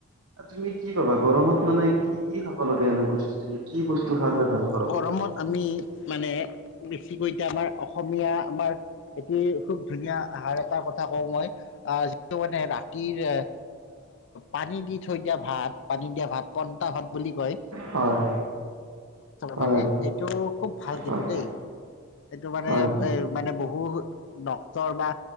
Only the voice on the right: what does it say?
তুমি কি ভাবা গৰমত মানে, কি কি খাব লাগে, এনে বস্তুটো কি বস্তু খালে ভাল গৰম
হয়। হয়
হয়
হয়